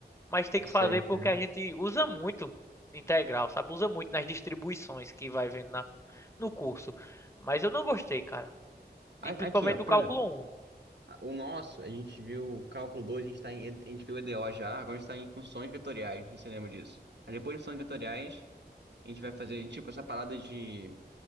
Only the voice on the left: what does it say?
mas tem
que
fazer porque
a gente usa muito integral, sabe? Usa muito nas distribuições que vai vendo na, no curso. Mas eu não gostei, cara.
E principalmente
o cálculo
um